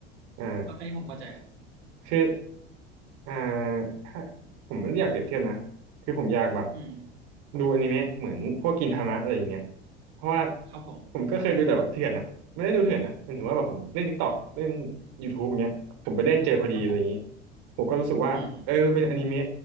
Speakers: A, on the right (about 60°); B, on the right (about 80°).
A: อ่า
B: เอออันนี้ผมเข้าใจครับ
A: คือ อ่าถ้าผมไม่ได้อยากเปรียบเทียบนะคือผมอยากแบบ
B: อืม
A: ดูอนิเมะเหมือนพวกกินทามะอะไรอย่างเงี้ยเพราะว่า
B: ครับผม
A: ผมก็เคยดูแต่แบบเถื่อนนะไม่ได้ดูเถื่อนนะมันถึงว่าแบบผมเล่น TikTok เล่น YouTube อย่างเงี้ยผมไปเล่นเจอพอดีอะไรอย่างงี้
B: ครับผม
A: ผมก็รู้สึกว่าเออมันเป็นอนิเมะ
B: อืม